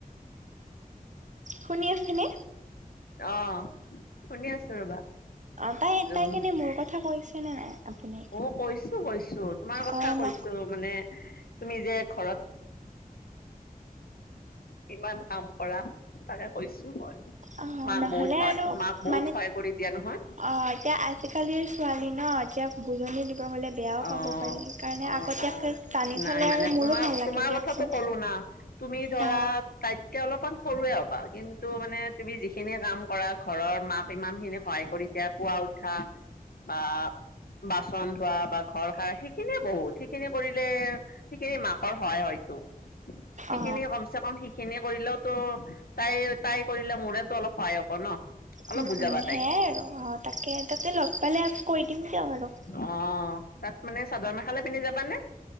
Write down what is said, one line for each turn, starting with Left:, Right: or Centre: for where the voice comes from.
Right: শুনি আছেনে।
Left: অ শুনি আছো ৰবা।
Right: অ তাই তাই
Left: উম
Right: কেনে মোৰ কথা কৈছেনে নাই। আপুনি?
Left: অ কৈছো কৈছো তোমাৰ কথা
Right: অ ন
Left: কৈছো মানে তুমি যে ঘৰত। কিমান কাম কৰা তাকে কৈছো মই।
Right: অ
Left: মাক
Right: নহ'লে
Left: বহুত হয়
Right: আৰু
Left: মাক বহুত
Right: মানে
Left: সহায় কৰি দিয়া নহয়।
Right: অ এতিয়া আজিকালিৰ ছোৱালী ন এতিয়া। বুজনি দিব গ'লে বেয়াও পাব
Left: অ
Right: পাৰে সেইকাৰণে
Left: অ
Right: আগতীয়াকৈ
Left: অ
Right: টানি
Left: নাই
Right: থলে
Left: মানে
Right: আৰু মোৰো
Left: তোমাৰ
Right: ভাল লাগে।
Left: তোমাৰ
Right: দিয়কচোন।
Left: কথাটো ক'লো না তুমি ধৰা
Right: অ
Left: তাইক। এতিয়া অলপমান সৰুৱে হ'বা কিন্তু মানে তুমি যিখিনি কাম কৰা। ঘৰৰ মাক ইমান খিনি সহায় কৰি দিয়া পুৱা উঠা। বা বাচন ধোৱা বা ঘৰ খাৰ সেইখিনিয়ে বহুত সেইখিনি কৰিলে সিখিনি মাকৰ হয় হয়তো সেইখিনিয়
Right: অ
Left: কমছে কম শ এনে কৰিলেওতো তাই তাই কৰিলে মোৰেতো অলপ সহায় হব ন। অলপ
Right: উম
Left: বুজাবা
Right: উম সেয়াই
Left: তাইক
Right: আৰু অ তাকে তাতে লগ পালে কৈ দিম দিয়ক আৰু।
Left: অ তাত মানে চাদৰ মেখেলা পিন্ধি যাবানে?